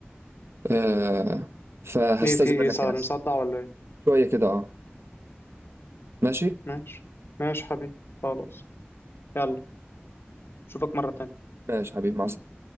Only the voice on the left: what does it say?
ايه في ايه
صار-
مصدع ولا ايه
ماشي ماشي حبيبي خلاص يلا اشوفك مرة تانية